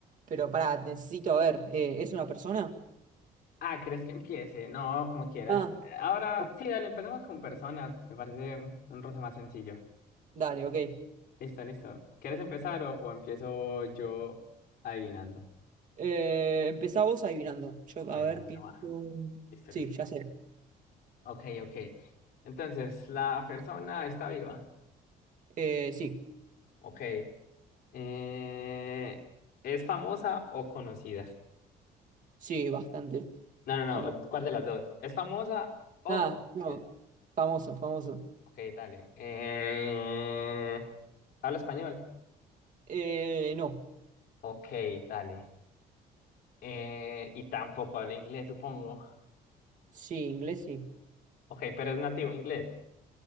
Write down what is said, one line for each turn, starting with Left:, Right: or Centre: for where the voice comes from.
Right: pero pará, necesito, a ver, eh, ¿es una persona?
Left: Ah, ¿crees que empiece? No, como quieras.
Right: Ah,
Left: Ahora,
Right: ok,
Left: sí, dale, empecemos con personas. Me parece un, un roce más sencillo.
Right: dale, ok.
Left: Listo, listo. ¿Quieres empezar o, o empiezo yo adivinando?
Right: Eh, empezá vos adivinando. Yo,
Left: Bueno,
Right: a ver,
Left: bueno,
Right: pienso...
Left: va. Listo,
Right: Sí,
Left: listo.
Right: ya sé.
Left: Ok, ok. Entonces, ¿la persona está viva?
Right: Eh, sí,
Left: Ok. Eh, ¿es famosa o conocida?
Right: sí, bastante.
Left: No, no,
Right: Famoso.
Left: no. ¿Cuál de las dos? ¿Es famosa o
Right: Ah,
Left: conocida?
Right: no. Famoso, famoso.
Left: Ok, dale. Eh, ¿habla español?
Right: Eh, no.
Left: Ok, dale. Eh, y tampoco habla inglés, supongo.
Right: Sí, inglés, sí.
Left: Ok, pero es nativo inglés.